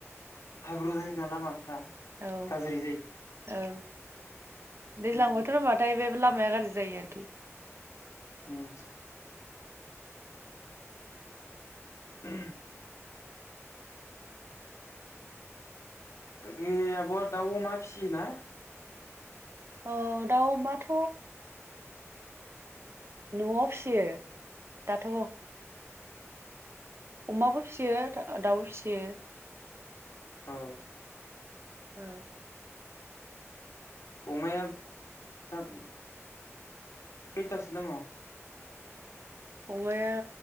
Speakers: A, on the left (about 85°); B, on the right (about 55°).
A: हाब्रु जायो ना लामाफ्रा
B: औ
A: गाज्रि
B: औ दैज्लां
A: उम
B: बोथोर होनोबाथाय बे ला- माया गाज्रि जायो आरोखि
A: उम <inaudible> बाकि आब'आ दाउ अमा फिसियोना?
B: औ दाउ अमाथ' न'आव फिसियो दाथ' अमाबो फिसियो दा-दाउ फिसियो
A: औ
B: औ
A: अमाया सा खैथासो दङ?
B: अमाया